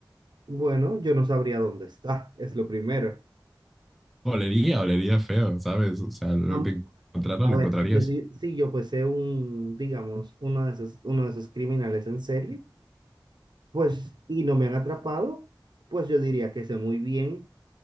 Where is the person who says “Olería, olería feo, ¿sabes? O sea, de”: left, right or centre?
Centre